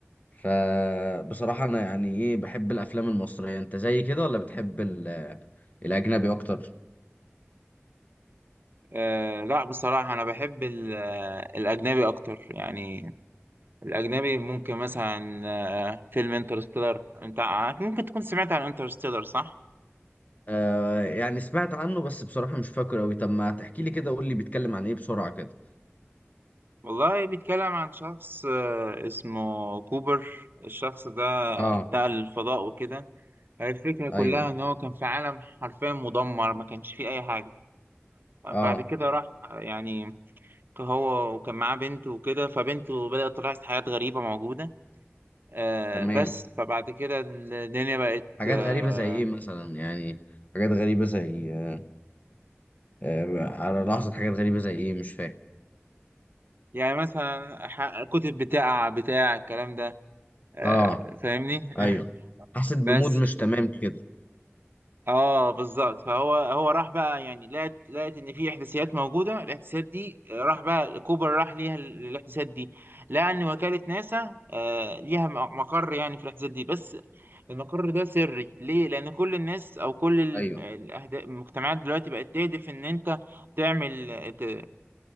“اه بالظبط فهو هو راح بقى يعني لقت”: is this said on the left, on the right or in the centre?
Right